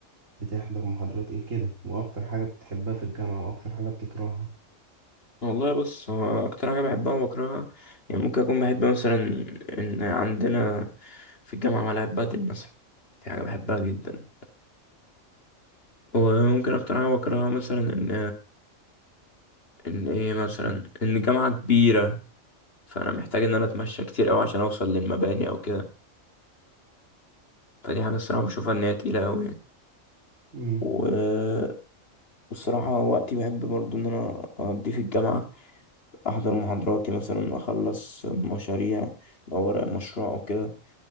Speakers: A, on the right; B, on the left.
A: بتحضر محاضرات ايه كده واكتر حاجة بتحبها في الجامعة واكتر حاجة بتكرهها
B: والله بص هو اكتر حاجة بحبها وبكرهها يعني ممكن اكون بحب مثلا ان عندنا في الجامعة ملاعب بدل مثلا دي حاجة بحبها جدا وممكن اكتر حاجة بكرهها مثلا ان ان ايه مثلا ان الجامعة كبيرة فانا محتاج ان انا اتمشى كتير قوي عشان اوصل للمباني او كده فدي حاجة الصراحة بشوفها ان هي تقيلة قوي يعني.
A: امم
B: و- والصراحة وقتي بحب برضو ان انا اقضيه في الجامعة احضر محاضراتي مثلا اخلص مشاريع لو ورايا مشروع او كده